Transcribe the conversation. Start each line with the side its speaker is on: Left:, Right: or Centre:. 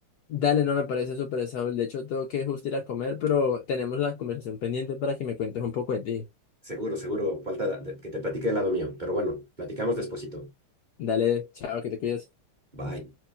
Left: Dale, no me parece súper Saúl. De hecho, tengo que justo ir a comer, pero tenemos la conversación pendiente para que me cuentes un poco de ti.
Right: Seguro, seguro, falta de- que te platique del lado mío, pero bueno, platicamos despuesito.
Left: Dale, chao, que te cuides.
Right: Bye.